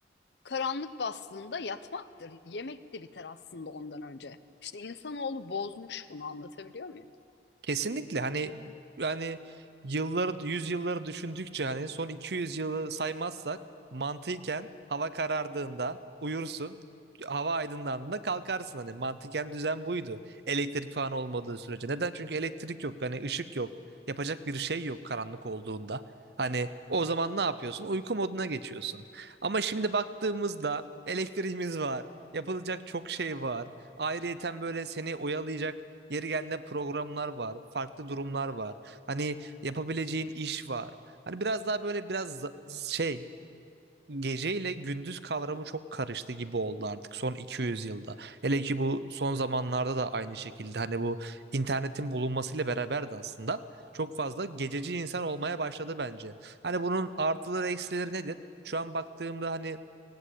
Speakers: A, on the left (about 70°); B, on the right (about 65°).
A: karanlık bastığında yatmaktır. Yemek de biter aslında ondan önce. İşte insanoğlu bozmuş bunu anlatabiliyor muyum?
B: Kesinlikle hani yani yılları yüzyılları düşündükçe hani son 200 yılı saymazsak mantıken hava karardığında uyursun hava aydınlandığında kalkarsın hani mantıken düzen buydu elektrik falan olmadığı sürece neden çünkü elektrik yok hani ışık yok yapacak bir şey yok karanlık olduğunda hani o zaman ne yapıyorsun uyku moduna geçiyorsun ama şimdi baktığımızda elektriğimiz var yapılacak çok şey var ayrıyeten böyle seni oyalayacak Yeri geldiğinde programlar var, farklı durumlar var. Hani yapabileceğin iş var. Hani biraz daha böyle biraz za- şey geceyle gündüz kavramı çok karıştı gibi oldu artık son 200 yılda. Hele ki bu son zamanlarda da aynı şekilde hani bu internetin bulunmasıyla beraber de aslında çok fazla gececi insan olmaya başladı bence. Hani bunun artıları eksileri nedir? Şu an baktığımda hani